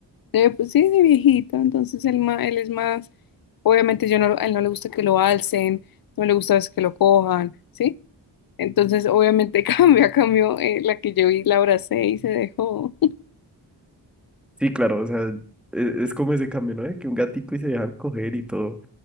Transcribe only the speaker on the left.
Eh, pues sí, de viejito, entonces él, ma- él es más, obviamente yo no, a él no le gusta que lo alcen, no le gusta a veces que lo cojan, ¿sí? Entonces, obviamente <laughs> cambia, cambió eh, la que yo vi, la abracé y se dejó.